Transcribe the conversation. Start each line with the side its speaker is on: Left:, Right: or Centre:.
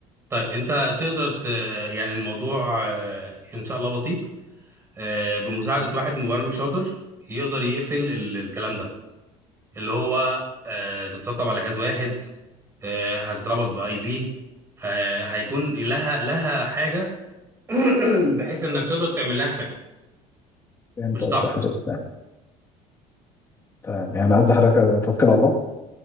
Right: طيب انت تقدر ت... يعني الموضوع آه، ان شاء الله بسيط آه، بمساعده واحد مبرمج شاطر يقدر يقفل ال- الكلام ده اللي هو آه، تتسطب على جهاز واحد آه، هتتربط باي بي آه، هيكون لها لها حاجه <coughs> <clears throat> بحيث انك تقدر تعمل لها حمايه
Left: فهمت
Right: مش
Left: قصدي
Right: صعب
Left: حضرتك تمام يعني قصدي حضرتك توكل على الله